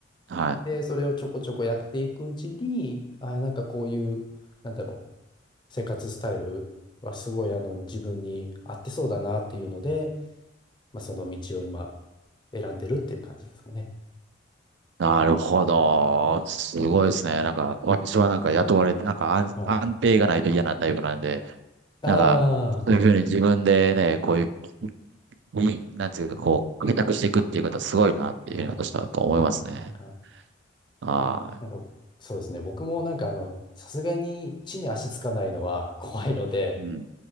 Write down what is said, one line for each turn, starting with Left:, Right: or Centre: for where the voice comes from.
Right: はい。
Left: で、それをちょこちょこやっていくうちに、あ、なんかこういう、なんだろう、生活スタイルはすごいあの自分に合ってそうだなっていうので、まあ、その道を今選んでるっていう感じですかね。
Right: なるほど。すごいですね。なんか、私はなんか雇われて、なんか安、
Left: はい。
Right: 安定がないと嫌なタイプなんで、なんか、
Left: あ
Right: そういうふうに自分でね、こういう、いなんていうか、こう、開拓していくっていう方すごいなっていうふうに私は思いますね。
Left: あ、はい。
Right: は
Left: なんか、そうですね。僕もなんかあの、さすがに地に足つかないのは怖いので、
Right: い。うん。